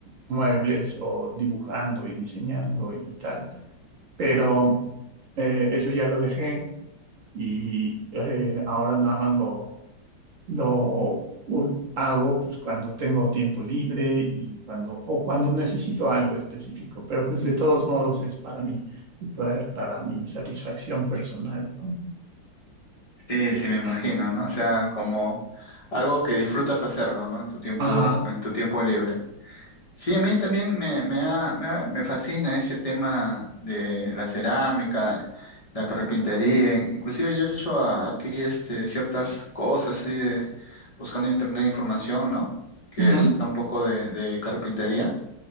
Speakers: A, on the right; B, on the left.
A: muebles o dibujando y diseñando y tal. Pero eh, eso ya lo dejé y eh, ahora nada más lo... Lo u- hago pues cuando tengo tiempo libre y cuando o cuando necesito algo específico, pero pues de todos modos es para mí, para, para mi satisfacción personal, ¿no?
B: Sí,
A: Sí.
B: sí, me imagino, ¿no? O sea, como algo que disfrutas hacerlo, ¿no? En tu tiempo,
A: Ajá.
B: en tu tiempo libre. Sí, a mí también me, me, ha- me, ha- me fascina ese tema de la cerámica, la carpintería. Inclusive yo he hecho a- aquí este, ciertas cosas, así de- buscando en internet información, ¿no? Que
A: Ujú.
B: da un poco de, de carpintería.